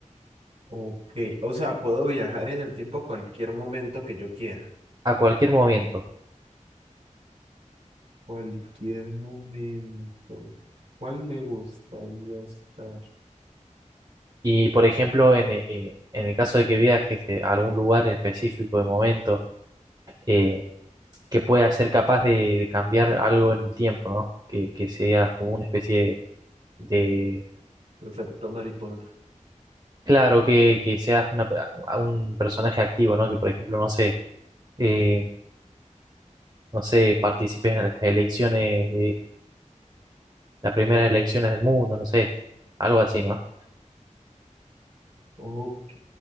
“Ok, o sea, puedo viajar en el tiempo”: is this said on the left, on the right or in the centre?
Right